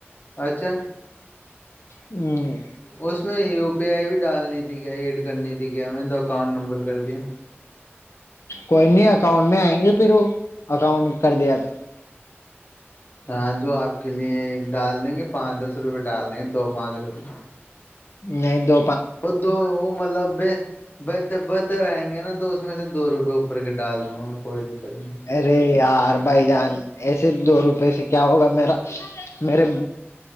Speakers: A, on the left; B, on the left.
A: اچھا
B: ہوں
A: اس میں یو پی آئی بھی ڈالنی تھی کیایا ایڈ کرنی تھی کیایا میں نے تو اکاؤنٹ نمبر کر دیا
B: کوئی نہیں اکاؤنٹ میں آئیں گے پھر وہ اکاؤنٹ کر دیا تو
A: ہاں جو آپ کے لیے ایک ڈال دیں گے پانچ دس روپئے ڈال دیں گے دو پانچ روپے
B: نہیں تو
A: وہ دو وہ مطلب بھی بہتر بہتر آئیں گے نا تو اس میں سے دو روپے اوپر کے ڈال دوں گا میں کوئی دقت نہیں
B: ارے یار بھائی جان ایسے دو روپے سے کیا ہوگا میرا میرے